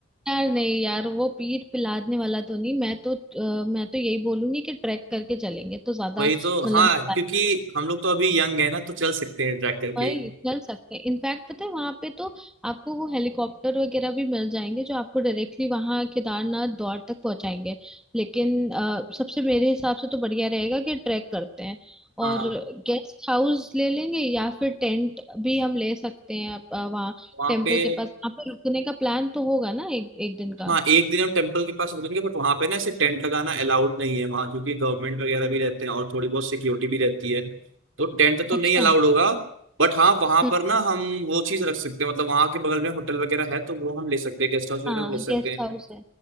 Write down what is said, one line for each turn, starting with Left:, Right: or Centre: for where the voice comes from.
Centre: यार नहीं यार वो पीठ पिलाने वाला तो नहीं मैं तो अ, मैं तो यही बोलूंगी कि ट्रैक करके चलेंगे तो ज्यादा
Right: वही तो
Centre: मतलब
Right: हाँ क्योंकि हम लोग तो अभी यंग है ना तो चल सकते हैं ट्रैक करके
Centre: वही
Right: ही।
Centre: चल सकते हैं इनफैक्ट पता है वहां पे तो आपको वो हेलीकॉप्टर वगैरह भी मिल जाएंगे जो आपको डायरेक्टली वहां केदारनाथ द्वार तक पहुंचाएंगे लेकिन अ, सबसे मेरे हिसाब से तो बढ़िया रहेगा कि ट्रैक करते हैं
Right: हाँ
Centre: और गेस्ट हाउस ले लेंगे या फिर टेंट भी हम ले सकते हैं अ, वहाँ
Right: वहाँ
Centre: टेम्पल
Right: पे
Centre: के पास वहाँ पे रुकने का प्लान तो होगा ना एक एक दिन का
Right: हाँ एक दिन हम टेम्पल के पास रुकेंगे बट वहां पे ना ऐसे टेंट लगाना अलाउड नहीं है वहां क्योंकि गवर्नमेंट वगैरह भी रहते हैं और थोड़ी बहुत सिक्योरिटी भी रहती है तो टेंट तो
Centre: अच्छा
Right: नहीं अलाउड होगा बट हाँ वहां
Centre: हम्म,
Right: पर ना हम वो चीज रख सकते हैं मतलब वहां के बगल में होटल वगैरह है तो वो हम ले सकते हैं गेस्ट हाउस वगैरह
Centre: हाँ
Right: हम ले सकते
Centre: गेस्ट
Right: हैं
Centre: हाउस है